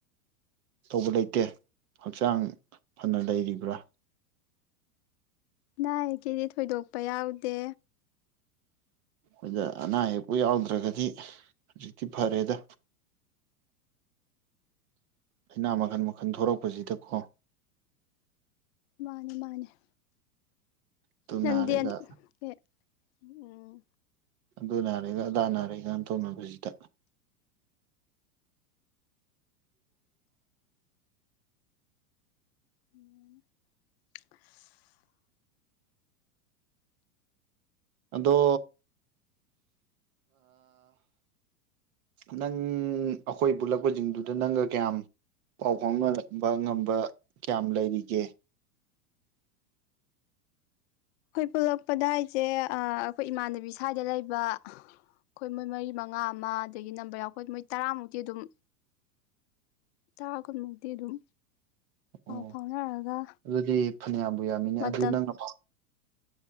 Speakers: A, on the right; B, on the left.
A: ꯇꯧꯕ ꯂꯩꯇꯦ ꯍꯛꯆꯥꯡ ꯐꯅ ꯂꯩꯔꯤꯕ꯭ꯔꯥ
B: ꯑꯩ ꯀꯦꯗꯤ ꯊꯣꯏꯗꯣꯛꯄ ꯌꯥꯎꯗꯦ
A: ꯑꯗ ꯑꯅꯥ ꯑꯌꯦꯛꯄꯨ ꯌꯥꯎꯗ꯭ꯔꯒꯗꯤ ꯍꯧꯖꯤꯛꯇꯤ ꯐꯔꯦꯗ ꯂꯅꯥ ꯃꯈꯜ ꯃꯈꯜ ꯊꯣꯔꯛꯄꯁꯤꯗꯀꯣ
B: ꯃꯥꯅꯦ ꯃꯥꯅꯦꯦ
A: ꯑꯗꯨ
B: ꯅꯪꯗꯤ
A: ꯅꯥꯔꯦꯒ
B: ꯎꯝ
A: ꯑꯗꯨ ꯅꯥꯔꯦꯒ ꯑꯗꯥ ꯅꯥꯔꯦꯒꯅ ꯇꯧꯅꯕꯁꯤꯗ
B: ꯎ
A: ꯑꯗꯣ ꯅꯪ ꯑꯩꯈꯣꯏ ꯄꯨꯜꯂꯛꯄꯁꯤꯡꯗꯨꯗ ꯅꯪꯒ ꯀꯌꯥꯝ ꯄꯥꯎ ꯐꯥꯎꯅꯕ ꯉꯝꯕ ꯀꯌꯥꯝ ꯂꯩꯔꯤꯒꯦ
B: ꯍꯣꯏ ꯄꯨꯂꯛꯄꯗꯥ ꯍꯥꯏ ꯁꯦ ꯑꯩꯈꯣꯏ ꯏꯃꯥꯟꯅꯕꯤ ꯁ꯭ꯋꯥꯏꯗ ꯂꯩꯕ ꯑꯩꯈꯣꯏ ꯃꯣꯏ ꯃꯔꯤ ꯃꯉꯥ ꯑꯃ ꯑꯗꯒꯤ ꯅꯝꯕꯔ ꯌꯥꯎ ꯑꯩꯈꯣꯏ ꯃꯣꯏ ꯇꯔꯥꯃꯨꯛꯇꯤ ꯑꯗꯨꯝ ꯇꯔꯥ ꯀꯨꯟꯃꯨꯛꯇꯤ ꯑꯗꯨꯝ
A: ꯑꯣ
B: ꯑꯥꯎ ꯐꯥꯎꯅꯔꯒ
A: ꯑꯗꯨꯗꯤ ꯐꯅꯌꯥꯝꯕꯨ ꯌꯥꯃꯤꯅꯦ
B: ꯃꯇꯝ
A: ꯑꯗꯨ ꯅꯪꯅ